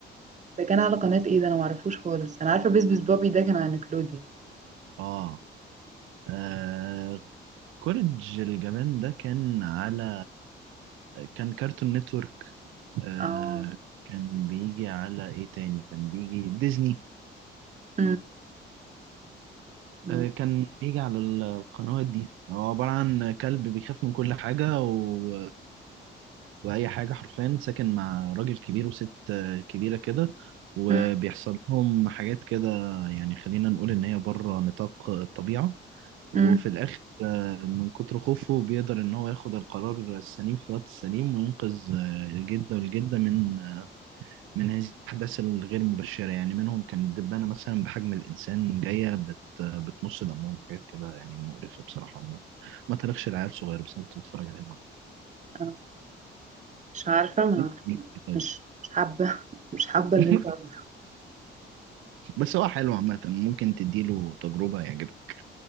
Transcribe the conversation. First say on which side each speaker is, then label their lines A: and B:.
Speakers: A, on the right; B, on the right.
A: ده كان على قناة ايه ده انا معرفوش خالص انا عارفة بس بس بوبي ده كان على نيكلوديان
B: اه آه، كوريج الجبان ده كان على كان كارتون نتورك آه
A: اه
B: كان بيجي على ايه تاني كان بيجي ديزني
A: امم امم
B: آه، كان بيجي على القنوات دي هو عبارة عن كلب بيخاف من كل حاجة و... وأي حاجة حرفيا ساكن مع راجل كبير وست آه، كبيرة كده وبيحصل
A: امم
B: لهم حاجات كده يعني خلينا نقول إن هي بره نطاق الطبيعة وفي
A: أمم.
B: الآخر آه، من كتر خوفه بيقدر إن هو ياخد القرار السليم في الوقت السليم وينقذ آه، الجدة والجدة من من هذه الأحداث الغير مبشرة يعني منهم كان دبانة مثلا بحجم الإنسان جاية بت بتمص دمهم حاجات كده يعني مقرفة بصراحة ما, ما تاريخش العيال صغيرة بس أنا كنت بتفرج عليه برضه
A: أنا مش عارفة ما
B: <laughs>
A: عارفة.
B: طيب.
A: مش مش حابة <laughs> مش حابة
B: <laughs>
A: اللي انت عملته
B: بس هو حلو عامة ممكن تديله تجربة يعجبك